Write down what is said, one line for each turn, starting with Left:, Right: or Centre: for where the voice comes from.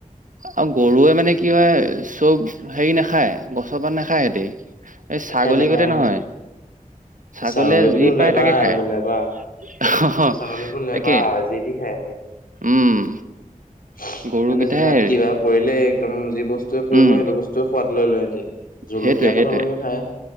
Right: আৰু গৰুৱে মানে কি হয়, চব হেৰি নাখায় গছৰপাত নাখায়। এই, এই ছাগলী
Left: নাখায় নাখায়
Right: গোটে
Left: আৰু
Right: নহয়। ছাগলীয়ে
Left: ছাগলীবোৰতো
Right: যি
Left: লেবা
Right: পায়, তাকে খায়।
Left: এইবোৰ লেবা
Right: অ,
Left: ছাগলীবোৰ লেবা
Right: তাকে
Left: যি তি খাই
Right: উম।
Left: সিহঁতে
Right: গৰুকেইটাহে
Left: জিভাত
Right: হেৰি
Left: কিবা পৰিলেই একদম যি বস্তুৱে পৰিব,
Right: উম
Left: সেইটো বস্তুৱে সোৱাদ লৈ লয় সিহঁতি। জলকীয়া
Right: সেইটোৱে সেইটোৱে
Left: পাতলৈকে খায়।